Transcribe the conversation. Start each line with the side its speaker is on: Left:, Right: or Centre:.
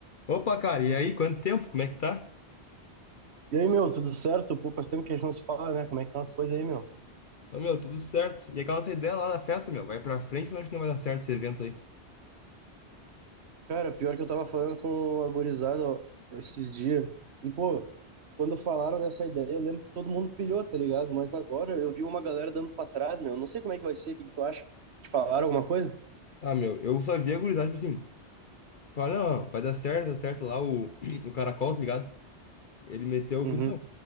Left: Opa, cara, e aí, quanto tempo? Como é que tá?
Right: E aí, meu, tudo certo? Pô, faz tempo que a gente não se fala, né? Como é que estão as coisas aí, meu?
Left: Ô, meu, tudo certo. E aquela nossa ideia lá da festa, meu, vai pra frente, ou acho que não vai dar certo esse evento aí.
Right: Cara, pior que eu tava falando com a gurizada ó, esses dias. E, pô, quando falaram dessa ideia, eu lembro que todo mundo pilhou, tá ligado? Mas agora eu vi uma galera dando pra trás, meu. Não sei como é que vai ser, o que que tu acha? Te falaram alguma coisa?
Left: Ah, meu, eu só vi a gurizada, tipo assim, fala, não, não, vai dar certo, dá certo lá o, <clears throat> o caracol, tá ligado? Ele meteu
Right: Uhum.
Left: que não,